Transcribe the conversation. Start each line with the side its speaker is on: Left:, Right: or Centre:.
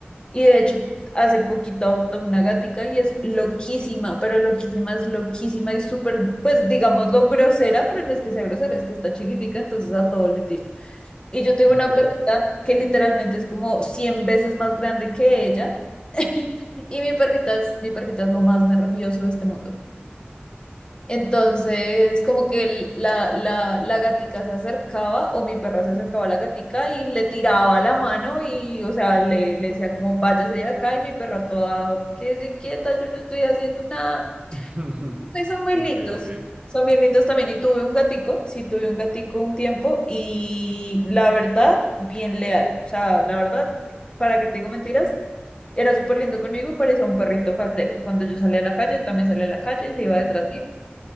Left: Y de hecho, hace poquito adoptó una gatica y es loquísima, pero loquísima es loquísima y súper, pues digámoslo, grosera, pero no es que sea grosera, es que está chiquitica, entonces a todo le tira. Y yo tengo una
Right: Ok.
Left: perrita que literalmente es como 100 veces más grande que ella. <laughs> Y mi perrita es, mi perrita es lo más nervioso de este mundo. Entonces, como que el- la, la, la gatica se acercaba o mi perra se acercaba a la gatica y le tiraba la mano y, o sea, le, le decía como, váyase de acá y mi perra toda, quédese quieta, yo no estoy haciendo nada.
Right: <laughs>
Left: Y son muy
Right: Ok,
Left: lindos,
Right: ok.
Left: son bien lindos también. Y tuve un gatico, sí, tuve un gatico un tiempo y la verdad, bien leal. O sea, la verdad, para que te digo mentiras, era súper lindo conmigo y parecía un perrito faldero. Cuando yo salía a la calle, él también salía a la calle y se iba detrás
Right: Mm,
Left: mío
Right: mm,